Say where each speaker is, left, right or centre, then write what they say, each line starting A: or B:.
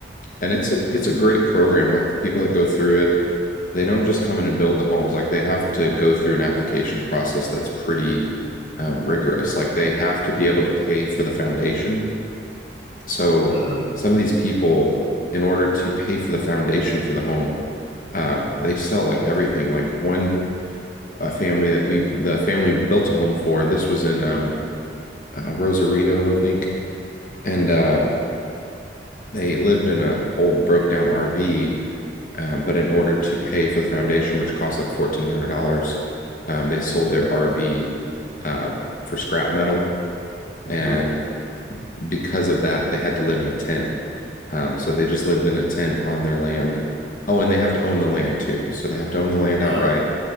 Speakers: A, on the left; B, on the left.
A: And it's a it's a great program. Like the people that go through it, they don't just come in and build the homes. Like they have to go through an application process that's pretty um, rigorous. Like they have to be able to pay for the foundation. So
B: Uh,
A: some of these people, in order to pay for the foundation for the home, um, they sell like everything. Like one a family that we the family built a home for. This was in um, uh, Rosarito, I think, and um, they lived in a old broke down RV Um, but in order to pay for the foundation, which cost like $1,400, um, they sold their RV um, for scrap metal. And
B: hmm.
A: because of that, they had to live in a tent. Um, so they just lived in a tent on their land. Oh, and they have to own the land too. So they have to own the land outright
B: Uh,